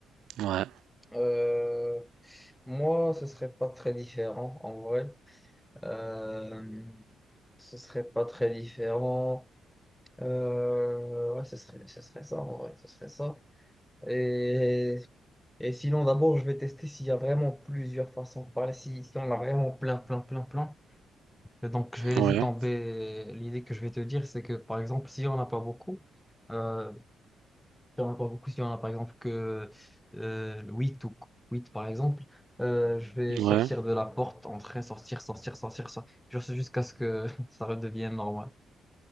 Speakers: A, on the right (about 80°); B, in the centre.
A: Ouais,
B: Euh, Moi, ce serait pas très différent en vrai. Euh, ce serait pas très différent. Euh, ouais, ce serait, ce serait ça en vrai. Ce serait ça. Et, et sinon, d'abord, je vais tester s'il y a vraiment plusieurs façons de parler. Si, si on a vraiment plein, plein, plein, plein. Et donc, je vais laisser
A: ouais,
B: tomber l'idée que je vais te dire. C'est que, par exemple, si on n'a pas beaucoup, euh, il y en a pas beaucoup. Il y en a par exemple que euh, 8 ou 8 par exemple. euh, je vais sortir
A: ouais,
B: de la porte, entrer, sortir, sortir, sortir, sortir. Je sais jusqu'à ce que <laughs> ça redevienne normal.